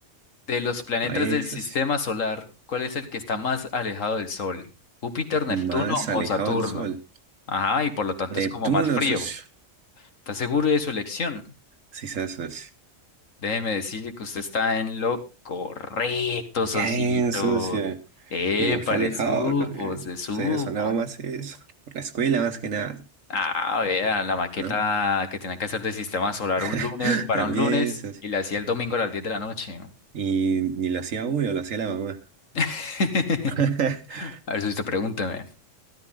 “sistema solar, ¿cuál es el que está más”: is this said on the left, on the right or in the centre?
Left